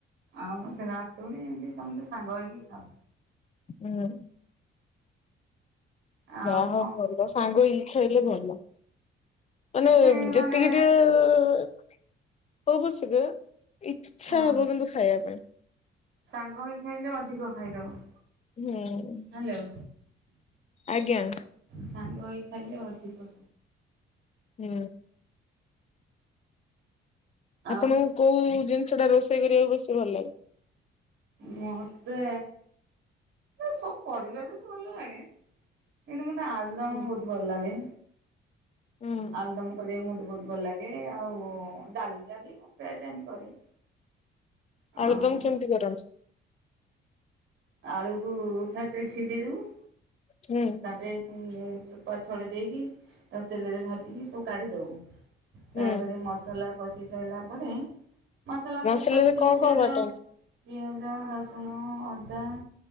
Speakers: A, on the right; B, on the left.
A: ଆଉ ସେ ନାତୁଣୀ ଏମିତି ସମସ୍ତେ ସାଙ୍ଗ ହେଇକି ଖାଉ।
B: ହୁଁ।
A: ଆଉ
B: ଯା ହ
A: କଣ
B: ଭଲ ସାଙ୍ଗ ଇଛହେଲେ ଭଲ
A: କିଛି
B: ମାନେ
A: ମାନେ
B: ଯେତିକି ଟିକେ <unintelligible> ଇଚ୍ଛା
A: ହଁ
B: ହବ କିନ୍ତୁ ଖାଇବା ପାଇଁ
A: ସାଙ୍ଗ ହେଇ ଖାଇଲେ ଅଧିକ ଖାଇଦବ।
B: ହୁଁ।
A: ହ୍ୟାଲୋ।
B: ଆଜ୍ଞା।
A: ସାଙ୍ଗ ହେଇ ଖାଇଲେ ଅଧିକ
B: ହୁଁ।
A: ଆଉ
B: ଆପଣଙ୍କୁ କୋଉ ଜିନିଷ ଟା ରୋଷେଇ କରିବାକୁ ବେଶି ଭଲ ଲାଗେ?
A: ମତେ ସବୁ କରିବା ବି ଭଲ ଲାଗେ। କିନ୍ତୁ ମତେ ଆଲୁଦମ
B: ହୁଁ
A: ବହୁତ ଭଲ ଲାଗେ।
B: ହୁଁ
A: ଆଲୁଦମ କରିବାକୁ ମତେ ବହୁତ ଭଲ ଲାଗେ ଆଉ ଡାଲିଟା ବି ପ୍ରାୟ ଟାଇମ୍ କରେ।
B: ଆଳୁଦମ୍
A: ଆଉ
B: କେମିତି କରନ୍ତି?
A: ଆଳୁକୁ ଫାଷ୍ଟ ସିଝେଇ ଦେବୁ।
B: ହୁଁ।
A: ତାପରେ ଚୁପା ଛଡେଇ ଦେଇକି ତାକୁ ତେଲରେ ଭାଜିକି ସବୁ କାଢି ଦବୁ। ତାପରେ
B: ହୁଁ
A: ମସଲା କଷି ସାରିଲା ପରେ ମସଲା
B: ମସଲାରେ
A: ସବୁ ବାଟିିଦବୁ
B: କଣ
A: ପିଆଜ
B: କଣ ବାଟନ୍ତି?
A: ପିଆଜ ରସୁଣ ଅଦା